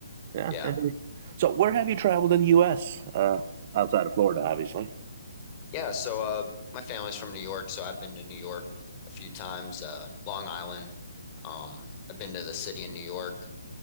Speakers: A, on the right (about 35°); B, on the left (about 25°).
A: Yeah.
B: Yeah,
A: So where have you traveled in the U.S. Uh, outside of Florida, obviously?
B: yeah. So, uh, my family's from New York, so I've been to New York a few times. Uh, Long Island. Um, I've been to the city in New York.